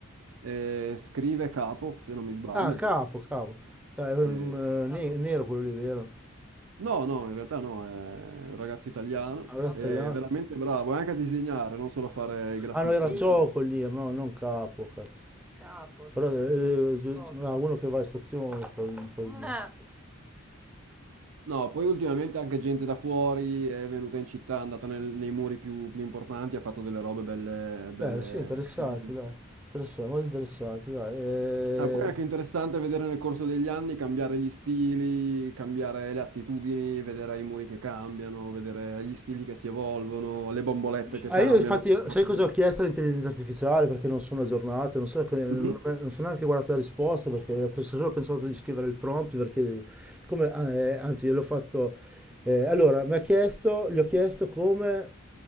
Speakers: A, on the right (about 75°); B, in the centre.
A: eh, scrive capo, se non mi sbaglio.
B: Ah, capo, capo. Ca- è un,
A: Eh,
B: eh, ne- nero quello lì, vero?
A: no, no, in realtà no, è un ragazzo italiano,
B: Ah, ragazzi,
A: è
B: italiano.
A: veramente bravo, è anche a disegnare, non solo a fare i graffiti
B: Ah no, era
A: tradizionali.
B: Sì, Cioccolir, no, non Capo, cazzo. capo, Però sì. eh, gi- gi- ah, Coco. uno che va in stazione prob- probabilmente. Ah,
A: No, poi ultimamente anche gente da fuori è venuta in città, è andata nel- nei muri più, più importanti, ha fatto delle robe belle, belle
B: Beh, sì, interessante,
A: fighe.
B: dai. Interessante, molto interessante, dai. Eh,
A: Ah, poi è anche interessante vedere nel corso degli anni cambiare gli stili, cambiare le attitudini, vedere i muri che cambiano, vedere gli stili che si evolvono, le bombolette che
B: ah,
A: cambiano.
B: io infatti,
A: che si evolvono.
B: sai cosa ho chiesto all'intelligenza artificiale? Perché non sono aggiornato, non so, che- eh, non
A: Mhm.
B: non sono neanche guardato la risposta, perché ho solo pensato di scrivere il prompt, perché come, ah, eh, anzi, gliel'ho fatto... eh, allora, mi ha chiesto, gli ho chiesto come...